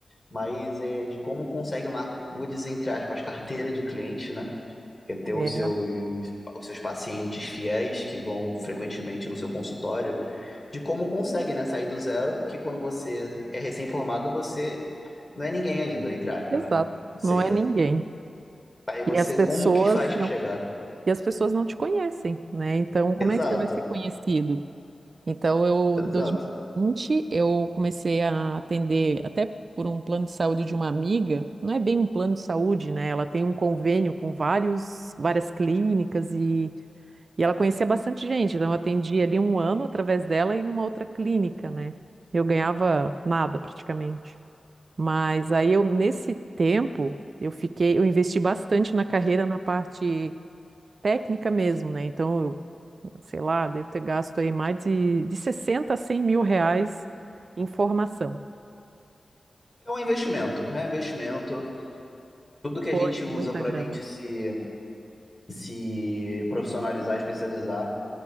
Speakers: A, on the left; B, on the right.
A: mas é de como consegue uma, vou dizer entre aspas, carteira de cliente, né? Que é ter
B: É,
A: o seu, os seus, os seus pacientes fiéis que vão frequentemente no seu consultório, de como consegue, né? Sair do zero, que quando você é recém-formado, você não é ninguém ainda, entre aspas,
B: exato.
A: né? Você
B: Não
A: ainda.
B: é ninguém.
A: Aí você,
B: E as pessoas
A: como que faz
B: não,
A: para chegar?
B: e as pessoas não te conhecem, né? Então como
A: Exato,
B: é que você vai ser conhecido? Então eu,
A: exato.
B: em 2020, eu comecei a atender até por um plano de saúde de uma amiga. Não é bem um plano de saúde, né? Ela tem um convênio com vários, várias clínicas e E ela conhecia bastante gente, então eu atendi ali um ano através dela e numa outra clínica, né? Eu ganhava nada praticamente. Mas aí eu, nesse tempo, eu fiquei, eu investi bastante na carreira na parte técnica mesmo, né? Então, eu, sei lá, devo ter gasto aí mais de, de 60 a 100 mil reais em formação.
A: É um investimento, é um investimento. Tudo que
B: Foi
A: a gente usa
B: muita
A: para
B: grana.
A: a gente se, se profissionalizar, especializar,